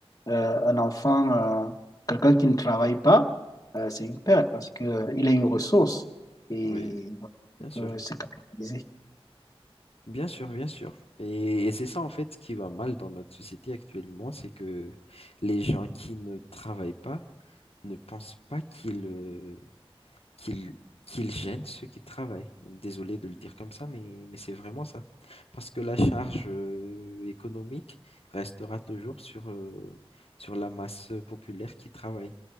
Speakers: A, on the left (about 35°); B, on the left (about 70°).
A: euh, un enfant, euh, quelqu'un qui ne travaille pas, euh, c'est une perte parce que, euh, il est une ressource. Et
B: Oui, bien sûr.
A: euh, se capitaliser.
B: Bien sûr, bien sûr. Et, et c'est ça en fait ce qui va mal dans notre société actuellement, c'est que les gens qui ne travaillent pas ne pensent pas qu'ils euh, qu'il qu'il gêne ceux qui travaillent. Désolé de le dire comme ça, mais, mais c'est vraiment ça. Parce que la charge euh, économique restera toujours sur, euh, sur la masse populaire qui travaille.